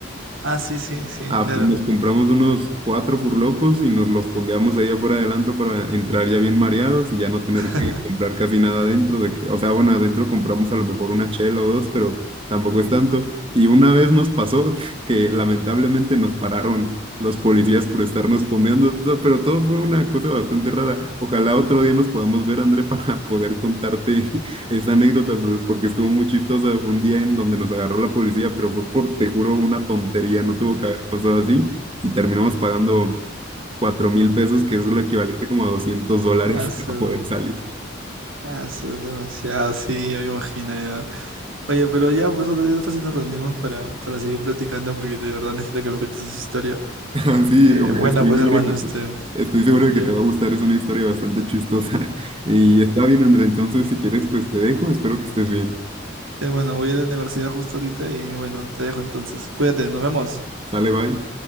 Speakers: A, on the right; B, on the right.
A: Ah, sí, sí, sí,
B: Ah,
A: claro.
B: pues nos compramos unos cuatro furlocos y nos los pondeamos ahí afuera del antro para entrar ya bien mareados y ya no tener
A: <laughs>
B: que comprar casi nada adentro de que, o sea, bueno, adentro compramos a lo mejor una chela o dos, pero tampoco es tanto. Y una vez nos pasó <laughs> que lamentablemente nos pararon los policías por estarnos pondeando, to- pero todo fue una cosa bastante rara. Ojalá otro día nos podamos ver, André, <laughs> para poder contarte esa anécdota, por- porque estuvo muy chistosa, fue un día en donde nos agarró la policía, pero fue por, te juro, una tontería, no tuvo que haber pasado así, y terminamos pagando cuatro mil pesos, que es lo equivalente como a 200 dólares
A: Ah, su,
B: <laughs> para poder salir.
A: ah, su, es demasiado, sí, ya me imagino ya. Oye, pero ya, pues otro día fácil nos reunimos para, para seguir platicando porque de verdad necesito que me cuentes esa historia.
B: <laughs> Así,
A: Eh, bueno,
B: estoy
A: pues
B: seguro
A: hermano,
B: que,
A: este...
B: estoy seguro de
A: Ya.
B: que te va a gustar, es una historia bastante chistosa. <laughs> Y está bien, André, entonces si quieres, pues te dejo, espero que estés bien.
A: Hermano, voy a ir a la universidad justo ahorita y bueno, te dejo entonces. Cuídate, nos vemos.
B: Sale, bye.